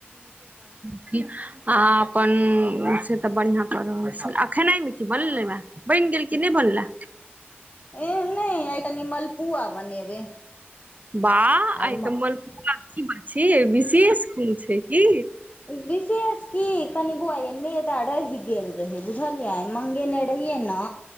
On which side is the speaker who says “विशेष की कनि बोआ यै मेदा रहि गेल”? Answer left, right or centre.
Left